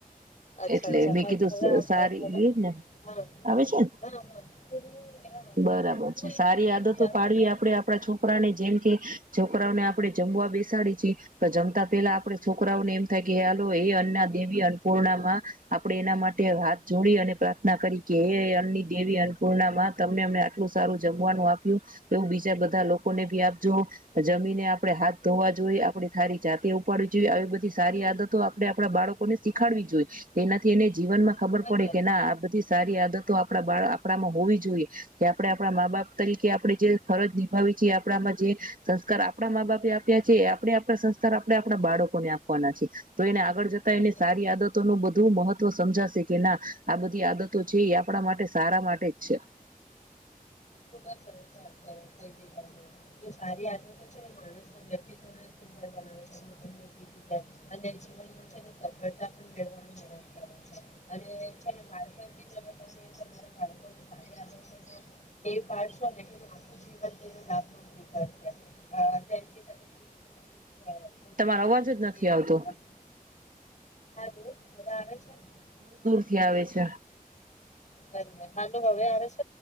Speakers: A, on the left; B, on the right.
A: અચ્છા
B: એટલે
A: અચ્છા
B: મેં
A: હવે
B: કીધું
A: હવે આ
B: સારી
A: આ હવે
B: એ ને
A: હા હા
B: આવે છે ને
A: હા તો હું એના આવે
B: બરાબર છે
A: હું એજ
B: સારી
A: કઉ છું
B: આદતો
A: કે આ
B: પાડવી
A: ખુબ જ
B: આપે આપડા છોકરાને જેમ કે છોકરાઓને આપડે જમવા બેસાડી છીએ તો જમતા પેલા આપડે છોકરાઓ ને એમ થાય કે હાલો એ અન્ના દેવી અન્નપૂર્ણા આપે એના માટે હાથ જોડી અને પ્રાર્થના કરી કે એ અન્ની દેવી અન્નપૂર્ણામાં તમને અમને આટલું સારું જમવાનું આપ્યું, એવું બીજા બધા લોકોને ભી આપજો જમીને આપણે હાથ ધોવા જોઈએ, આપે સારી જાતે ઉપાડવી જોઈએ આવી બધી સારી આદતો આપે આપડા બાળકોને શીખાડવી જોઈએ. એનાથી એને જીવનમાં ખબર
A: ખુબ જ
B: પડે
A: સરસ
B: કે ના આ બધી સારી આદતો આપણા બા આપણામાં હોવી જોઈએ કે આપણેે આપણા મા બાપ તરીકે આપણે જે ફરજ નિભાવી છીએ આપણામાં જે સંસ્કાર આપણા મા બાપે આપ્યા છે. આપણે આપણા સંસ્કાર આપણે આપણા બાળકોને આપવાના છે. તો એને આગળ જતા
A: ખુબ
B: એને
A: જ
B: સારી આદત નું બધું મહત્વ સમજાશે કે ના આ બધી આદતો છે એ આપણા માટે સારા માટે જ છે.
A: ખુબ જ સરસ વાત કરી તમે તો સારી આદતો છે. માણસ વ્યક્તિત્ સુંદર બનાવે છે જેમ તમે કીધું તેમ અને જીવનમાં છેને સફળતા પણ મેળ માં મદદ કરે છે, અને છે તમારા બાળકો સ આદતો એ પાડશો ને તમારું જીવન તેનો લાભ નીકળશે જેમ કે તમે કેું કે તમે. <inaudible> હ
B: તમારો
A: પર
B: અવાજ જ નથી
A: તેનનેાલુ.
B: આવતો
A: <inaudible> હા તો. હદગ છે. <unintelligible>
B: થી આવે છે.
A: બ હાલું હવે હરે છે. <unintelligible>